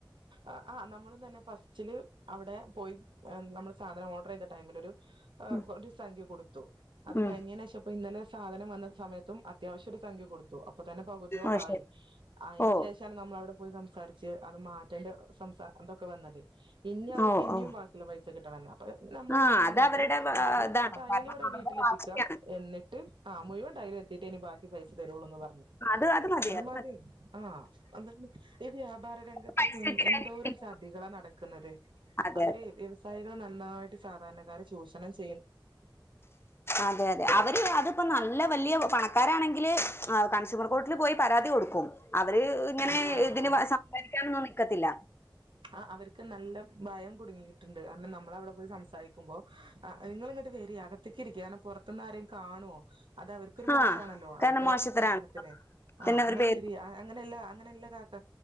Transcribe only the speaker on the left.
ഉം
ഉം
ഓ ശരി
ഓ
ഓ
ഓ
ആഹ്
അത്
അവരുടെ ആ,
ഇതാണ്
കാരണം
അവരുടെ
വാശിയാണ്
അത് അത് മതി
അത് മതി
പൈസ
കിട്ടി കഴിഞ്ഞ
പിന്നെ
അതെ
അതെ അതെ അവര് അതിപ്പോ നല്ല വലിയ പണ ആക്കാരാണെങ്കിൽ കൺസ്യൂമർ കോർട്ടിൽ പോയി പരാതി കൊടുക്കും അവര് ഇങ്ങനെ
ഇതിന്
സംസാരിക്കാനോന്നെ ക്കത്തില്ല
ആഹ്
കാരണം മോശത്തരാണ്
പിന്നെ അവര്
പേര്